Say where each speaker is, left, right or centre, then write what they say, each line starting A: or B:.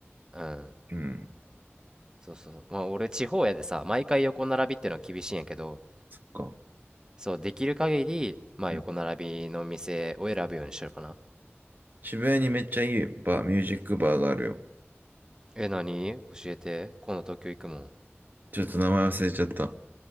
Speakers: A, on the right (about 15°); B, on the right (about 45°).
A: うん。
B: うん。
A: そうそう。まあ俺、地方やでさ、毎回横並びってのは厳しいんやけど、
B: そっか。
A: そう、できる限り、まあ横並びの店を選ぶようにしてるかな。
B: うん渋谷にめっちゃいいバー、ミュージックバーがあるよ。
A: え、何教えて。今度東京行くもん。
B: ちょっと名前忘れちゃった。